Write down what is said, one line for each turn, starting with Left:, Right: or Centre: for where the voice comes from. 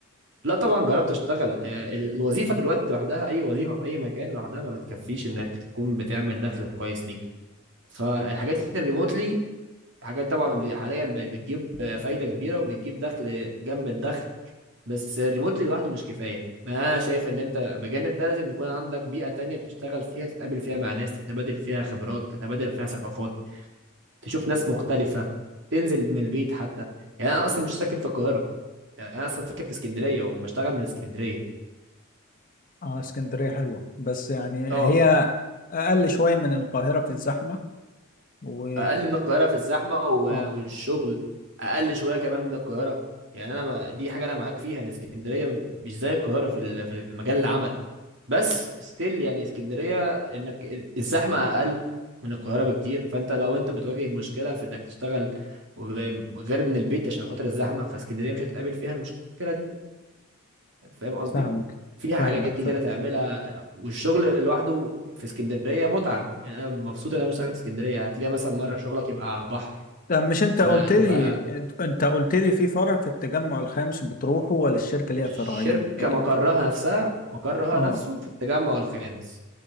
Right: لا طبعا جربت اشتغل آه، الوظيفة دلوقتي لوحدها أي وظيفة في أي مكان لوحدها ما بتكفيش إنك تكون بتعمل دخل كويس ليك فالحاجات الريموتلي حاجات طبعا حاليا بقت بتجيب آه، فايدة كبيرة وبتجيب دخل جنب الدخل بس ريموتلي لوحده مش كفايه يعني انا شايف ان انت بجانب ده لازم يكون عندك بيئه تانية بتشتغل فيها تتقابل فيها مع ناس تتبادل فيها خبرات تتبادل فيها ثقافات تشوف ناس مختلفه تنزل من البيت حتى يعني انا اصلا مش ساكن في القاهره يعني انا اصلا ساكن في اسكندريه وبشتغل من اسكندريه
Left: اه اسكندرية حلوة بس يعني
Right: اه
Left: هي أقل شوية من القاهرة في الزحمة و
Right: اقل من القاهره في الزحمه و-
Left: اه
Right: والشغل اقل شويه كمان من القاهره يعني انا ما دي حاجه انا معاك فيها ان اسكندريه مش زي القاهره في ال- في مجال العمل بس ستيل يعني اسكندريه انك الزحمه اقل من القاهره بكتير فانت لو انت بتواجه مشكله في انك تشتغل و- غير من البيت عشان خاطر الزحمه فاسكندريه مش هتقابل فيها المشكله دي فاهم قصدي
Left: فاهمك
Right: في حاجات
Left: فاهمك
Right: كتيرة
Left: فاهم
Right: تعملها والشغل لوحده في اسكندرية متعة يعني أنا مبسوط إن أنا بشتغل في اسكندرية هتلاقي مثلا مرة شغلك يبقى على البحر
Left: طب مش انت
Right: فتبقى
Left: قلت لي انت قلت لي في فرع في التجمع الخامس بتروحه ولا الشركة ليها
Right: الشركة
Left: فرعين انت
Right: مقرها
Left: بت...
Right: نفسها مقرها
Left: اه
Right: نفسه في التجمع الخامس